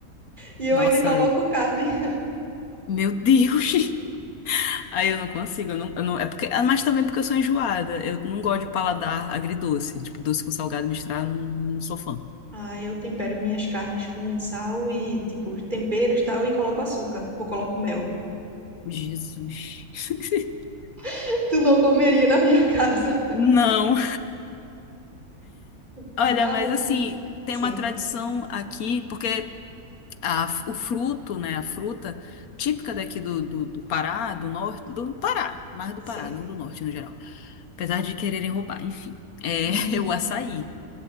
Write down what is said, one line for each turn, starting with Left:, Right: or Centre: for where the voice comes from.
Right: E eu
Left: Nossa,
Right: ainda coloco carne.
Left: meu Deus. <laughs> Aí eu não consigo, eu não, eu não- é porque, ah, mas também porque eu sou enjoada. Eu não gosto de paladar agridoce. Tipo, doce com salgado misturado, eu não, não sou fã.
Right: Aí eu tempero minhas carnes com sal e, tipo, temperos e tal, e coloco açúcar ou coloco mel.
Left: Jesus. <laughs>
Right: <laughs> Tu não comeria na minha <laughs> casa.
Left: Não.
Right: Mas.
Left: Olha, mas assim, tem
Right: Sim,
Left: uma tradição aqui, porque a, o fruto, né, a fruta típica daqui do, do, do Pará, do norte, do Pará, mais do
Right: sim.
Left: Pará, não do norte no geral. Apesar de quererem roubar, enfim. É,
Right: <laughs> Uhum.
Left: <laughs> é o açaí.